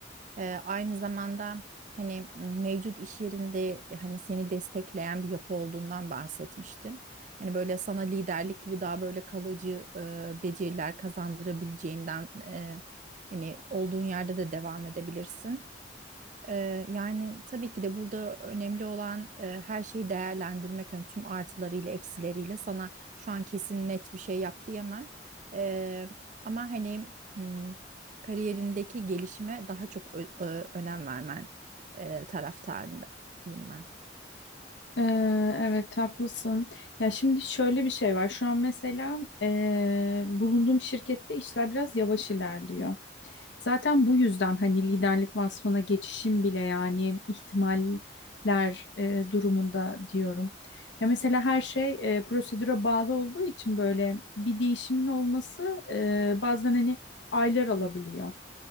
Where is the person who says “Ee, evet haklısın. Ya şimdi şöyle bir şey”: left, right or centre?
Left